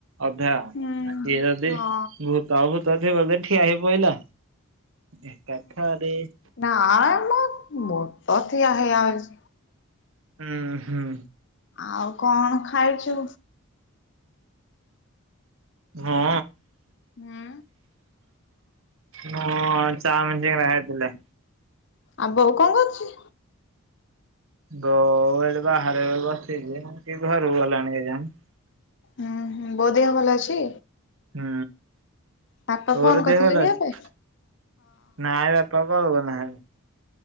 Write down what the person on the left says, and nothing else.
ହୁଁ
ହଁ
ନା ମୋ ମୋଟ ଠିଆ ହେଇ ଆଉଛି।
ଆଉ କଣ ଖାଇଛୁ?
ହୁଁ
ଆଉ ବୋଉ କଣ କରୁଛି?
ଉଁ, ହୁଁଁ, ବୋଉ ଦେହ ଭଲ ଅଛି?
ବାପା
ଫୋନ କରିଥିଲେ
କି
ଏବେ?